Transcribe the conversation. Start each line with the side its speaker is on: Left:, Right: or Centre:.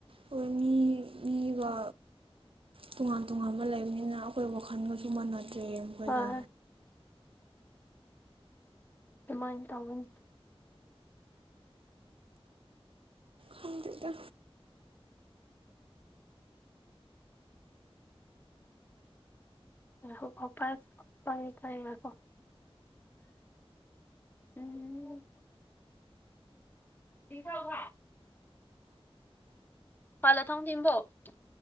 Right: ꯍꯣꯏ ꯃꯤ ꯃꯤꯒ꯫ ꯇꯣꯉꯥꯟ ꯇꯣꯉꯥꯟꯕ ꯂꯩꯕꯅꯤꯅ ꯑꯩꯈꯣꯏ ꯋꯥꯈꯜꯒꯁꯨ ꯃꯥꯟꯅꯗ꯭ꯔꯦ ꯃꯈꯣꯏꯒ꯫
Left: ꯍꯣꯏ ꯑꯗꯨꯃꯥꯏ ꯇꯧꯒꯅꯨ꯫
Right: ꯈꯪꯗꯦꯗ꯫
Left: ꯉꯥꯏꯈꯣ ꯄꯥꯏꯌꯨ ꯉꯥꯏꯈꯣ꯫ ꯎꯝ꯫ ꯊ ꯊꯧꯚꯥꯏ <unintelligible> ꯐꯂ ꯊꯥꯎ <unintelligible>